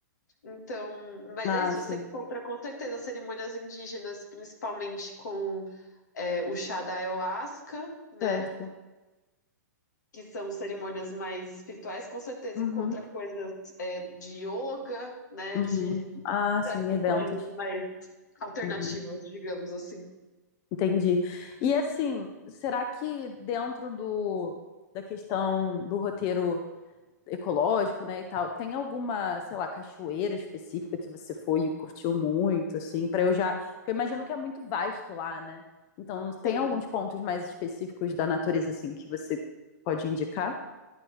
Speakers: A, on the left; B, on the left.
A: Então, mas
B: Ah,
A: é isso,
B: sim,
A: você encontra com certeza cerimônias indígenas, principalmente com é, o chá da ayahuasca, né?
B: certo.
A: Que são cerimônias mais espirituais, com certeza
B: Uhum,
A: encontra coisas é, de yoga, né?
B: uhum.
A: De
B: Ah,
A: tradições
B: sim, eventos.
A: mais alternativas,
B: Uhum,
A: digamos assim.
B: entendi. E assim, será que dentro do, da questão do roteiro ecológico, né, e tal. Tem alguma, sei lá, cachoeira específica que você foi e curtiu muito, assim, para eu já, porque eu imagino que é muito vasto lá, né? Então, tem
A: Sim,
B: alguns pontos mais específicos da natureza assim que você pode indicar?